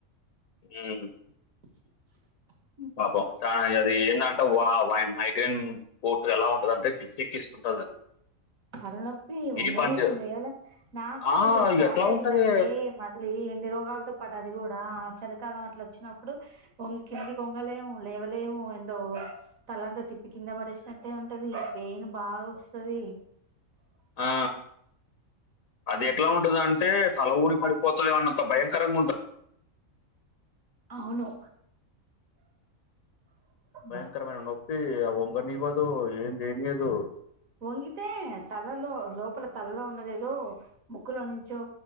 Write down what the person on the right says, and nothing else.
<inaudible>
తల్ నొప్పి ఒంగలేం
లేవలేం నాకు
కొంచెం స్టార్ట్
అయిందండి
మళ్ళీ ఎన్ని రోగాలతో పాటు అది కూడా చలికాలం అట్ల వచ్చినప్పుడు వొం కింది కొంగలేము లేవలేము ఎందో తలంత తి ప్పి కింద పడేసినట్టే ఉంటది పేయిన్ బాగా వస్తది
అవును
బా
ఒంగితే తలలో లోపల తలలో ఉన్నద ఏదో ము ముక్కులో నుంచో